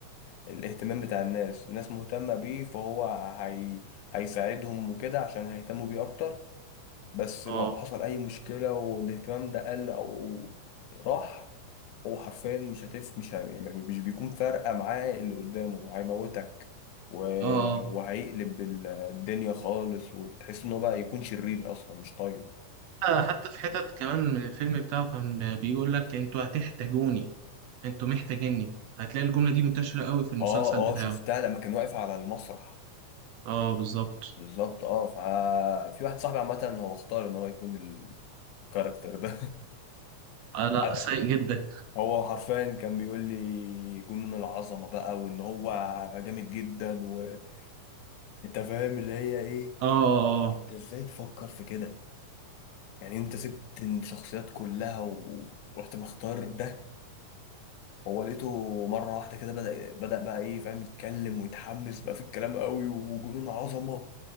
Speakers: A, on the left (about 75°); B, on the right (about 75°).
A: الاهتمام بتاع الناس الناس مهتمة بيه فهو هي... هيساعدهم وكده عشان هيهتموا بيه أكتر بس
B: اه
A: لو حصل أي مشكلة والاهتمام ده قل أو راح هو حرفيا مش هتف مش ه... يعني مش بيكون فارقة معاه اللي قدامه هيموتك و...
B: اه
A: وهيقلب ال- الدنيا خالص وتحس ان هو بقى يكون شرير اصلا مش طيب
B: آه، آه، حتى في حتت كمان الفيلم بتاعه كان بيقول لك انتوا هتحتاجوني انتوا محتاجيني هتلاقي الجملة دي منتشرة قوي في المسلسل
A: اه
B: بتاعه
A: اه شفتها لما كان واقف على المسرح
B: اه بالظبط
A: بالظبط اه ففي واحد صاحبي عامة هو اختار ان هو يكون الكاركتر ده
B: آه
A: <laughs>
B: لا سيء جدا
A: هو حرفيا كان بيقول لي جنون العظمة بقى وان هو جامد جدا وانت فاهم اللي هي ايه
B: اه آه. آه.
A: انت ازاي تفكر في كده يعني انت سبت الشخصيات كلها و- ورحت مختار ده هو لقيته مرة واحدة كده بدأ بدأ بقى ايه فاهم يتكلم ويتحمس بقى في الكلام قوي وجنون عظمة